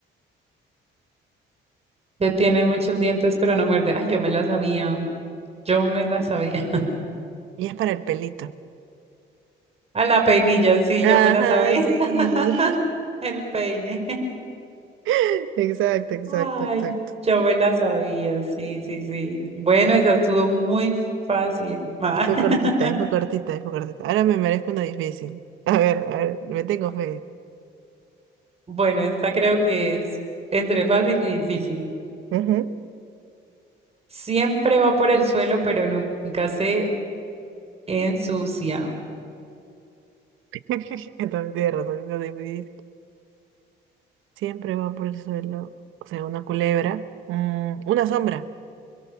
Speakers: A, on the right (about 30°); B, on the right (about 90°).
A: Que tiene muchos dientes, pero no muerde. Ay, yo me la sabía. Yo me la sabía. <laughs>
B: Y es para el pelito.
A: A la peinilla, sí,
B: Ajá,
A: yo me la sabía.
B: sí.
A: <laughs> El peine. <laughs>
B: <laughs> Exacto, exacto,
A: Ay,
B: exacto.
A: yo me la sabía. Sí, sí, sí. Bueno, esa estuvo muy fácil. ma.
B: Y Fue
A: <laughs>
B: cortita, y fue cortita, y fue cortita. Ahora me merezco una difícil. A ver, a ver, me tengo fe.
A: Bueno, esta creo que es entre fácil y difícil.
B: Ujú.
A: Siempre va por el suelo, pero nunca se ensucia.
B: <laughs> Entonces tienes razón, una difícil. Siempre va por el suelo. O sea, una culebra. Mm, una sombra.